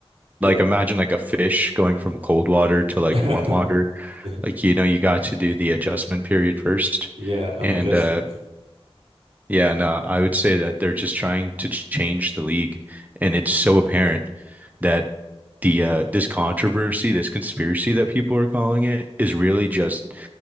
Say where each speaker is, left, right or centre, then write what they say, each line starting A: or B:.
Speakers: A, on the right (about 70°); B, on the right (about 15°).
A: Yeah.
B: Like imagine like a fish going from cold water to like
A: <laughs>
B: warm water. Like, you know, you got to do the adjustment period first.
A: Yeah, I'm
B: And
A: adjusting.
B: uh Yeah, no, I would say that they're just trying to ch- change the league, and it's so apparent that the uh, this controversy, this conspiracy that people are calling it, is really just